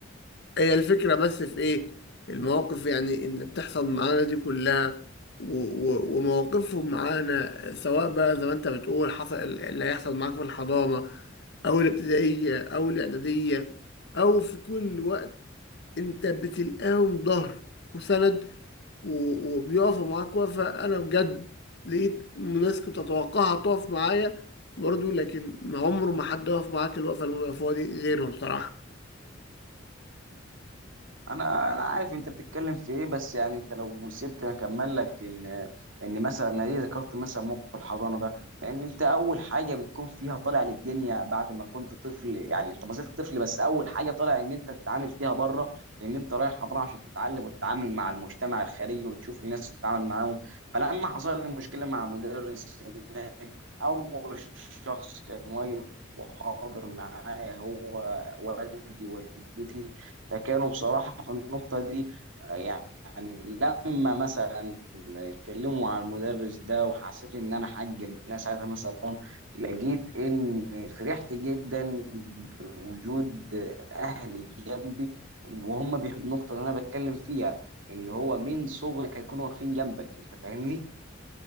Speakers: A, on the left; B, on the right.
A: هي الفكرة بس في إيه؟ المواقف يعني اللي بتحصل معانا دي كلها و... و... ومواقفهم معانا سواء بقى زي ما أنت بتقول حصل اللي هيحصل معاك في الحضانة او الابتدائيه او الاعداديه او في كل وقت انت بتلقاهم ظهر وسند و- وبيقفوا معاك وقفه انا بجد لقيت ناس كنت اتوقعها تقف معايا برضه لكن ما عمره ما حد وقف معاك الوقفه اللي هم بيقفوها دي غيرهم صراحه
B: انا انا عارف انت بتتكلم في ايه بس يعني انت لو سبتني اكمل لك ان ان مثلا انا ليه ذكرت مثلا موقف الحضانه ده لان انت اول حاجه بتكون فيها طالع للدنيا بعد ما كنت طفل يعني انت ما زلت طفل بس اول حاجه طالع ان انت تتعامل فيها بره ان انت رايح حضانه عشان تتعلم وتتعامل مع المجتمع الخارجي وتشوف الناس تتعامل معاهم فلما حصل لي مشكله مع مدرس هناك اول شخص كان واقف وحاضر معايا هو والدي والدتي فكانوا بصراحة في النقطة دي آه، يعني لما مثلا اتكلموا على المدرس ده وحسيت ان انا حجر انا ساعتها مثلا لقيت ان فرحت جدا بوجود اهلي جنبي وهم بيحبوا النقطة اللي انا بتكلم فيها ان هو من صغرك هيكونوا واقفين جنبك انت فاهمني؟